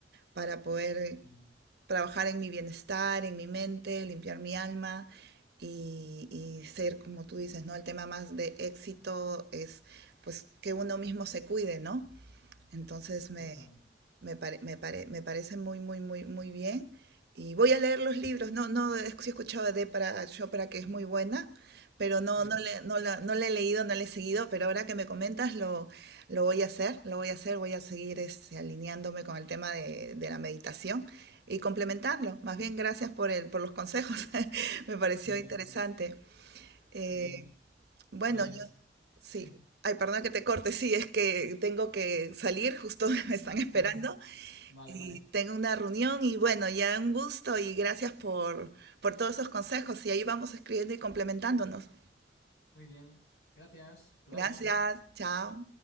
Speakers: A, on the right; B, on the left.
A: para poder
B: sí,
A: trabajar en mi bienestar, en mi mente, limpiar mi alma y, y ser, como tú dices, ¿no? El tema más de éxito es pues que uno mismo se cuide, ¿no? Entonces me,
B: total.
A: me, pare- me, pare- me parece muy, muy, muy, muy bien. Y voy a leer los libros. No, no, he sí he escuchado de para Chopra que es muy buena, pero no,
B: Sí,
A: no le, no la, no la he leído, no la he seguido. Pero ahora que me comentas, lo, lo voy a hacer, lo voy a hacer, voy a seguir este, alineándome con el tema de, de la meditación y complementarlo. Más bien, gracias por el, por los consejos. <laughs> Me pareció
B: muy
A: interesante.
B: bien,
A: Eh,
B: muy bien.
A: bueno,
B: Pues
A: yo sí.
B: sí.
A: Ay, perdón que te corte. Sí, es que tengo que salir, justo <laughs> me están esperando
B: Ah, vale,
A: y
B: vale.
A: tengo una reunión y bueno, ya un gusto y gracias por por todos esos consejos y ahí vamos escribiendo y complementándonos.
B: Muy bien. Gracias. Hablamos.
A: Gracias, chao.